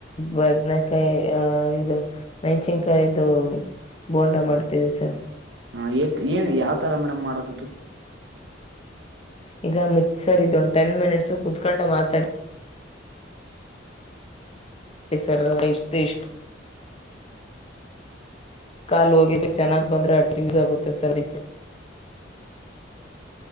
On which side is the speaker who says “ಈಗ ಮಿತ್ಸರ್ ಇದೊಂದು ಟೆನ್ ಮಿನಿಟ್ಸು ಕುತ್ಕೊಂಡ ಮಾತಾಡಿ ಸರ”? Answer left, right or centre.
Left